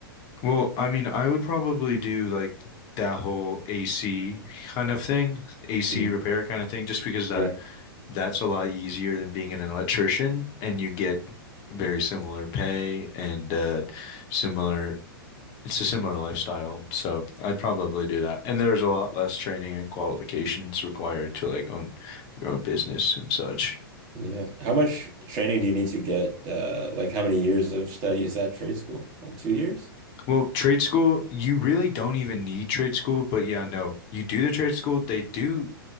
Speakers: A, on the left (about 35°); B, on the right (about 35°).
A: Well, I mean, I would probably do like that whole AC kind of thing, AC
B: Mm,
A: repair kind of thing, just because that
B: yeah,
A: that's a lot easier than being an electrician and you get very similar pay and uh similar it's a similar lifestyle. So I'd probably do that. And there's a lot less training and qualifications required to like own your own business and such.
B: yeah. How much training do you need to get? Uh, like how many years of study is that trade school? Like two years?
A: Well, trade school, you really don't even need trade school, but yeah, no. You do the trade school, they do